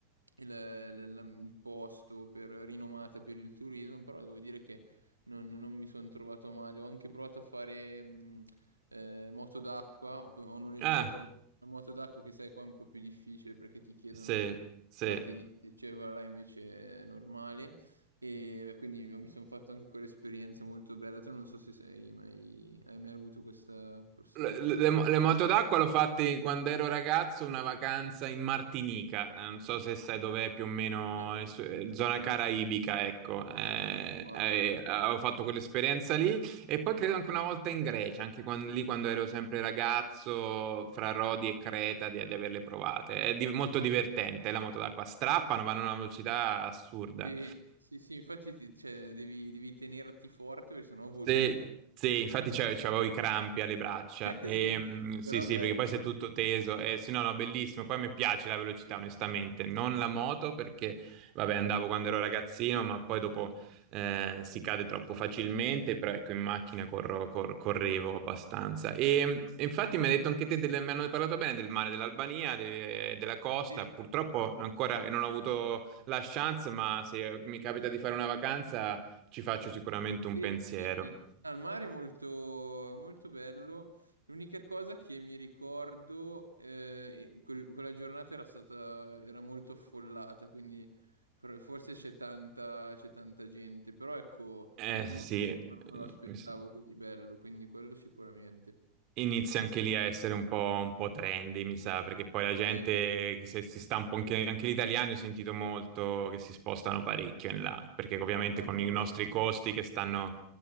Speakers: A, on the right; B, on the right.
A: il, il- il posto, per rinomata per il turismo, però devo dire che non, non mi sono trovato male. Ho anche provato a fare... mm, eh, moto d'acqua, ho, ho noleggiato
B: Ah,
A: una moto d'acqua che sai qua è un po' più difficile perché ti chiedono
B: sì, sì.
A: patente, cioè quella là invece è normale e beh, quindi mi sono fatto anche quell'esperienza molto bella, tu non so se sei mai, hai mai avuto questa possibilità.
B: Le, le- le moto d'acqua l'ho fatte quando ero ragazzo, una vacanza in Martinica. Eh, Non so se sai dov'è più o meno,
A: Beh, Martinica.
B: eh, su- eh, zona caraibica, ecco. Eh,
A: Ah, wow.
B: eh, avevo fatto quell'esperienza lì e poi credo anche una volta in Grecia, anche quan- lì quando ero sempre ragazzo, fra Rodi e Creta, di, di averle provate. È di- molto divertente, la moto d'acqua strappano, vanno a una velocità assurda.
A: Sì, sì, sì, infatti ti- cioè, devi, devi tenerti forte perché sennò voli
B: Se-
A: via. <laughs>
B: sì, infatti c'avevo c'avevo i crampi alle braccia.
A: Eh,
B: E,
A: Sì,
B: mm, sì,
A: però
B: sì,
A: bello.
B: perché poi sei tutto teso. E, sì, no, no, bellissimo. Poi mi piace la velocità, onestamente. Non la moto perché, vabbè, andavo quando ero ragazzino, ma poi dopo eh, si cade troppo facilmente. Però ecco, in macchina corro- cor- correvo abbastanza. E mm, infatti mi hai detto anche te, del- mi hanno parlato bene del mare dell'Albania, de- della costa.
A: Sì,
B: Purtroppo ancora non ho avuto la chance, ma se mi capita di fare una vacanza ci faccio sicuramente un
A: Sì,
B: pensiero.
A: sì, sì. Al mare è molto, è molto bello. L'unica cosa che mi ricordo, eh, e quel- quella giornata era stata, era molto affollata, quindi for- forse c'è tanta, c'è tanta gente. Però ecco,
B: Eh
A: il
B: sì,
A: mare
B: eh,
A: non me lo aspettavo
B: mi s-
A: così bello, quindi quello sicuramente.
B: Inizia anche lì a essere un po', un po' trendy, mi sa, perché poi la gente
A: Eh,
B: che se- si sta un po' anche, anche gli italiani ho sentito molto che si spostano parecchio in là, perché ovviamente
A: eh
B: con
A: beh,
B: i nostri
A: sì.
B: costi che stanno